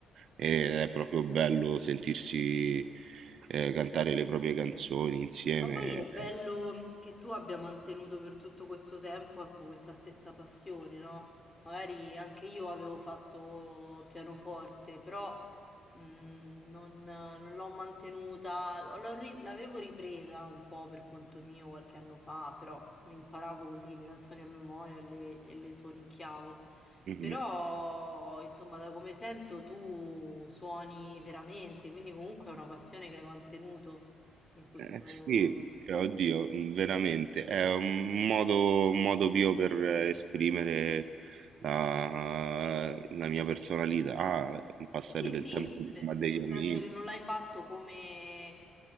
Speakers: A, on the right; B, on the left.
A: ed è proprio bello sentirsi eh, cantare le proprie canzoni insieme.
B: Ma poi è bello
A: eh.
B: mm, che tu abbia mantenuto per tutto questo tempo, ecco, questa stessa passione, no? Magari anche io avevo fatto pianoforte, però mh, non, non l'ho mantenuta, l'ho ri- l'avevo ripresa un po' per conto mio qualche anno fa, però mi imparavo così le canzoni a memoria e le, e le suonicchiavo.
A: Mhm.
B: Però, insomma, da come sento tu suoni veramente, quindi comunque è una passione che hai mantenuto in questo...
A: Eh, sì, cioè, oddio, mh, veramente, è un modo, un modo mio per eh, esprimere la, la mia personalità, eh, passare
B: Sì,
A: del
B: sì,
A: tempo insieme
B: ne-
A: a degli
B: nel
A: amici,
B: senso che non l'hai fatto come, eh,